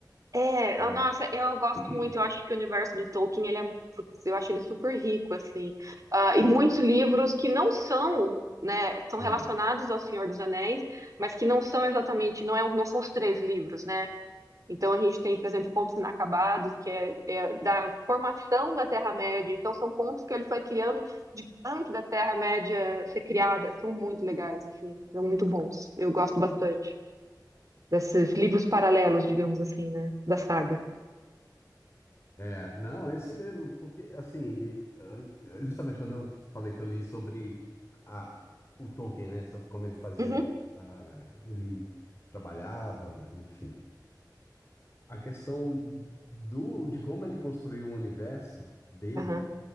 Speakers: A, on the right; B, on the left.
A: É,
B: né?
A: ah, nossa, eu gosto
B: <clears throat>
A: muito, eu acho que o universo do Tolkien, ele é, putz, eu acho ele super rico, assim. Ah, e
B: Ah,
A: muitos livros que não são, né, são relacionados
B: ah.
A: ao Senhor dos Anéis, mas que não são exatamente, não, é, não são os três livros, né? Então a gente tem, por exemplo, Contos Inacabados, que é, é da formação da Terra-média, então são contos que ele foi criando de antes da Terra-média ser criada, são muito legais, assim, são muito bons, eu gosto bastante desses livros paralelos, digamos assim, né, da saga.
B: É, não, é isso mesmo, porque assim, e, ah, justamente quando eu falei que eu li sobre a, o Tolkien, né, sobre como ele fazia,
A: Uhum.
B: o- a, ele trabalhava, enfim, a questão do de como ele construiu o universo dele
A: Aham,